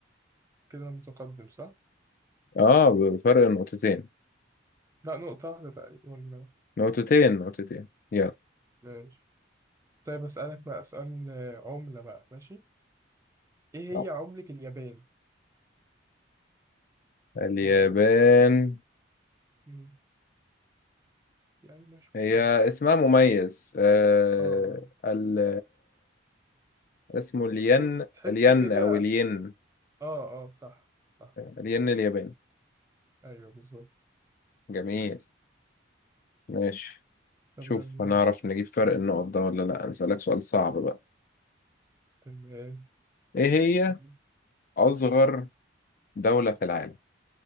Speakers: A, on the right (about 15°); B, on the left (about 45°).
A: كده انا متقدم صح
B: اه بفرق نقطتين
A: لا نقطة واحدة تقريبا ولا
B: نقطتين نقطتين يلا
A: ماشي طيب اسألك بقى سؤال آه، عملة بقى ماشي ايه
B: آه.
A: هي عملة اليابان؟
B: اليابان
A: هي تبقى مم. يعني مشهورة
B: هي اسمها مميز آه
A: اه اه
B: ال اسمه الين
A: تح- تحسه
B: الين
A: كده
B: او الين
A: اه اه صح صح
B: الين الياباني
A: ايوه بالظبط
B: جميل ماشي
A: طب
B: شوف
A: يلا
B: هنعرف
A: هات
B: نجيب فرق النقط ده ولا لا هسألك سؤال صعب بقى
A: تمام
B: ايه هي
A: تمام.
B: اصغر دولة في العالم